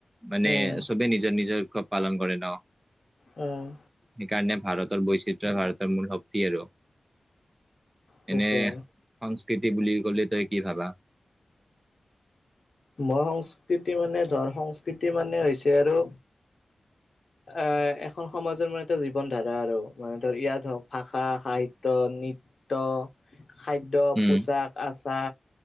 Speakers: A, on the right; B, on the left.
A: মানে
B: উম
A: চবে নিজৰ নিজৰ। পালন কৰে ন
B: উম
A: সেইকাৰণে ভাৰতৰ বৈচিত্ৰয়ই ভাৰতৰ মূল শক্তি আৰু
B: সেইটোয়ে
A: এনে সংস্কৃতি বুলি কলে তই কি ভাবা
B: মই সংস্কৃতি মানে ধৰ সংস্কৃতি মানে হৈছে আৰু এ এখন সমাজৰ মানে এটা জীৱন ধাৰা আৰু মানে ধৰ ইয়াত হওক ভাষা সাহিত্যয় নৃত্য় খাদ্য
A: উম
B: পোচাক আছে